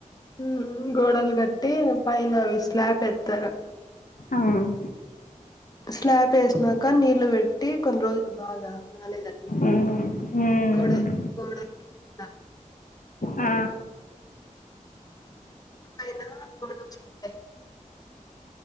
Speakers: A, on the left; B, on the left.
A: ఉమ్ గోడలు గట్టి పైన అవి స్లాబ్ ఎత్తరు
B: ఉమ్,
A: స్లాబ్ యేసినాక నీ లు పెట్టి కొన్ని రోజులు బాగా నానే దాన్కి
B: ఉమ్,
A: గోడ గోడకి ఆ
B: ఆ
A: పైనా గోడ చింత్తయ్